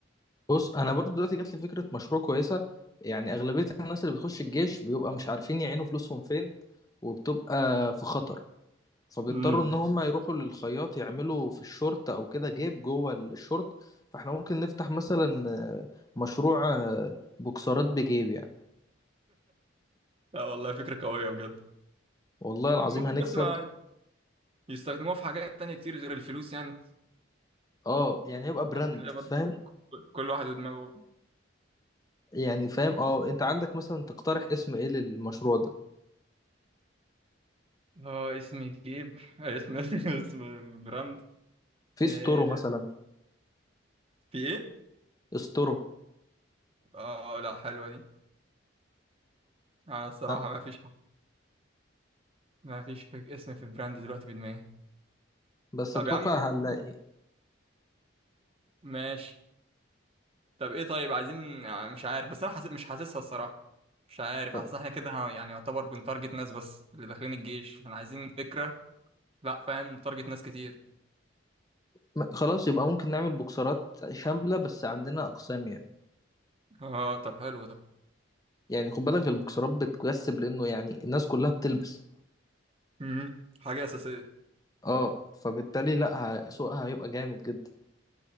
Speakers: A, on the left (about 20°); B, on the right (about 30°).
A: بص أنا برضو دلوقتي جات لي فكرة مشروع كويسة يعني أغلبية الناس اللي بتخش الجيش بيبقى مش عارفين يعينوا فلوسهم فين وبتبقى في خطر فبيضطروا
B: امم
A: ان هم يروحوا للخياط يعملوا في الشورت او كده جيب جوه الشورت فاحنا ممكن نفتح مثلا آه، مشروع آه، بوكسرات بجيب يعني
B: لا والله فكرة قوية بجد
A: والله العظيم
B: ممكن
A: هنكسب
B: بس ما يستخدموها في حاجات تانية كتير غير الفلوس يعني
A: اه يعني هيبقى براند
B: هتلاقي برضه
A: فاهم
B: كل واحد ودماغه
A: يعني فاهم اه انت عندك مثلا تقترح اسم ايه للمشروع ده
B: اه اسم جيب آه، اسم <laughs> اسم البراند
A: في
B: آه،
A: ستورو مثلا
B: في ايه؟
A: ستورو
B: اه لا حلوة دي انا الصراحة
A: عن-
B: ما فيش ما فيش فك- اسم في براند دلوقتي في دماغي
A: بس
B: طب
A: اتوقع
B: يا عم
A: هنلاقي
B: ماشي طب ايه طيب عايزين آه، مش عارف بس انا حاسس مش حاسسها الصراحة مش عارف
A: طب،
B: حاسس احنا كده ه- يعني يعتبر بنتارجت ناس بس اللي داخلين الجيش احنا عايزين فكرة لا فاهم نتارجت ناس كتير
A: م- خلاص يبقى ممكن نعمل بوكسرات شاملة بس عندنا اقسام يعني
B: اه طب حلو ده
A: يعني خد بالك البوكسرات بتكسب لانه يعني الناس كلها بتلبس
B: مم. حاجة أساسية
A: اه فبالتالي لا ه- سوقها هيبقى جامد جدا